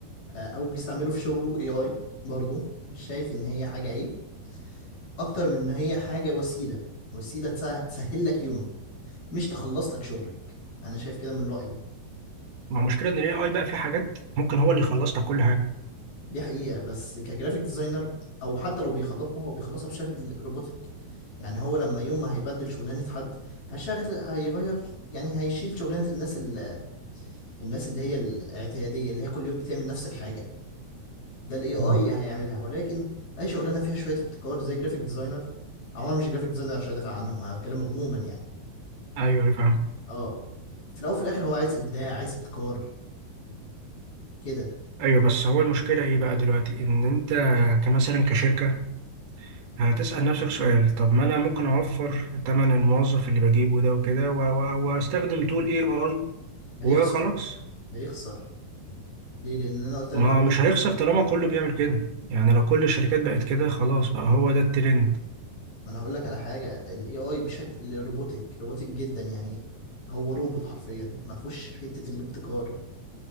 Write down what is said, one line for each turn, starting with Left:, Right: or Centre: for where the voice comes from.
Left: آه، او بيستعملوا في شغله اي اي برضو مش شايف ان هي حاجة عيب اكتر من ان هي حاجة وسيلة وسيلة تسه- تسهل لك يومك مش تخلص لك شغلك انا شايف كده من رأيي
Right: ما مشكلة إن ال AI بقى في حاجات ممكن هو اللي يخلص لك كل حاجة
Left: دي حقيقة بس كجرافيك ديزاينر او حتى لو بيخلطها هو بيخلصها بشكل روبوتك يعني هو لما يوم ما هيبدل شغلانة حد هشغل هيغير يعني هيشيل شغلانة الناس ال... الناس اللي هي الاعتيادية اللي هي كل يوم بتعمل نفس الحاجة ده الاي اي
Right: آه.
Left: هيعملها ولكن اي شغلانه فيها شويه ابتكار زي جرافيك ديزاينر عموما مش جرافيك ديزاينر عشان ادافع عنهم انا بتكلم عموما يعني
Right: ايوه أيوة، فاهم
Left: اه في الاول وفي الاخر هو عايز ابداع عايز ابتكار كده
Right: ايوه بس هو المشكله ايه بقى دلوقتي ان انت كمثلا كشركه هتسال نفسك سؤال طب ما انا ممكن اوفر تمن الموظف اللي بجيبه ده وكده و- و- واستخدم تول اي اي
Left: هيخسر
Right: وخلاص
Left: هيخسر ليه لان انا قلت
Right: ما
Left: لك هو بيعمل
Right: مش هيخسر طالما كله بيعمل كده يعني لو كل الشركات بقت كده خلاص بقى هو ده الترند
Left: ما انا هقول لك على حاجه الاي اي بشكل روبوتك روبوتك جدا يعني هو روبوت حرفيا ما فيهوش حته الابتكار